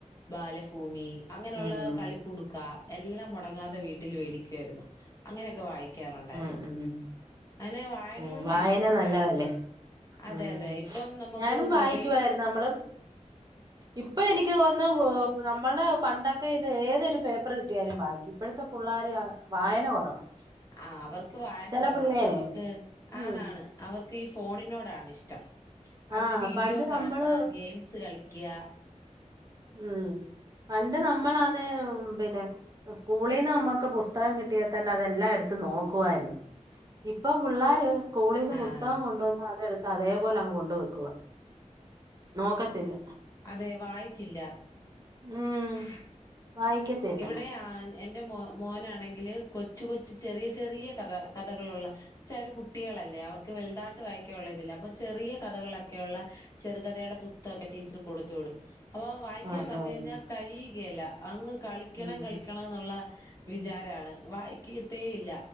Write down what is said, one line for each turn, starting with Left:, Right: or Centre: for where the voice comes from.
Left: ബാലഭൂമി അങ്ങനൊള്ള
Right: ഉം
Left: കളികുടുക്ക എല്ലാം മുടങ്ങാതെ വീട്ടിൽ വേടിക്കുവായിരുന്നു. അങ്ങനെയൊക്കെ വായി- ക്കാറുണ്ടായിരുന്നു
Right: ഉം ഉം
Left: അങ്ങനെ വായനോട്
Right: ഉം വായന
Left: ഭയങ്കര ഇഷ്ടാണ്.
Right: നല്ലതല്ലേ
Left: അതെ
Right: ഉം
Left: അതെ ഇപ്പം നമുക്ക്
Right: ഞാനും വായിക്കുവായിരുന്നു
Left: മൊബൈലന്
Right: നമ്മള് ഇപ്പൊ എനിക്ക് തോന്നുന്ന് പോ നമ്മൾടെ പണ്ടക്കെ ഇത് ഏതൊരു പേപ്പർ കിട്ടിയാലും വായിക്കും, ഇപ്പോഴത്തെ പുള്ളേർ അ വായന കുറവാ.
Left: ആ അവർക്ക് വായന
Right: ചില
Left: കുറവാണല്ലോ
Right: പിള്ളേരെ
Left: അവർക്ക് ആണാണ്
Right: ഉം
Left: അവർക്ക് ഈ ഫോണിനോടാണിഷ്ടം. അതിൽ
Right: ആഹ്
Left: വീഡിയോ
Right: പണ്ട്
Left: കാണുക,
Right: നമ്മള്
Left: ഗെയിംസ് കളിക്ക്യ.
Right: ഉം പണ്ട് നമ്മൾ ആന്ന <unintelligible> പിന്നെ സ്‌കൂളിന്ന് അമ്മക്ക് പുസ്തകം കിട്ടിയാ തന്നെ അതെല്ലാം എടുത്ത <inaudible> നോക്കുവാർന്ന് ഇപ്പൊ പുള്ളാർ <unintelligible> സ്‌കൂളിന്ന്
Left: ആഹ്
Right: പുസ്തകം കൊണ്ടുവന്ന് അതെടുത്ത് അതേപോലങ് കൊണ്ട് <inaudible> വെക്കുവ നോക്കത്തില്ല
Left: അതെ വായിക്കില്ല
Right: ഉം
Left: <unintelligible>
Right: വായിക്കത്തില്ല
Left: ഇവിടെ
Right: <inaudible>
Left: ആ എന്റെ മോ മോനാണെങ്കില് കൊച്ചു കൊച്ചു ചെറിയ ചെറിയ കഥ കഥകളുള്ള ചര് കുട്ട്യ- ളല്ലേ അവർക്ക് വൽതാട്ട് വായിക്കാവുള്ള ഇതില്ല അപ്പൊ ചെറിയ കഥകളിലൊക്കെയുള്ള ചെറുകഥയുടെ പുതകംക്കെ ടീച്ച കൊടുത്തു വിടും. അപ്പൊ വായിക്കാൻ
Right: ആഹ്
Left: പറഞ്ഞ
Right: ആഹ്
Left: കഴിഞ്ഞാൽ കഴിയുകയല്ല <unintelligible> അങ്ങ് കളിക്കണം
Right: ഉം
Left: കളിക്കണം എന്നുള്ള വിചാരാണ് വായി കീത്ത ഇല്ല